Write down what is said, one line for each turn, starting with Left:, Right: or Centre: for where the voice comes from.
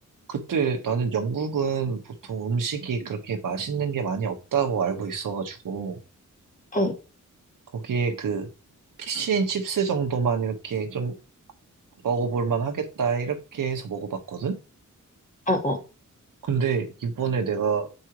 Right: 그때 나는 영국은 보통 음식이 그렇게 맛있는 게 많이 없다고 알고 있어가지고,
Left: 어,
Right: 거기에 그, 피시앤칩스 정도만 이렇게 좀 먹어볼 만 하겠다, 이렇게 해서 먹어봤거든?
Left: 어, 어,
Right: 근데 이번에 내가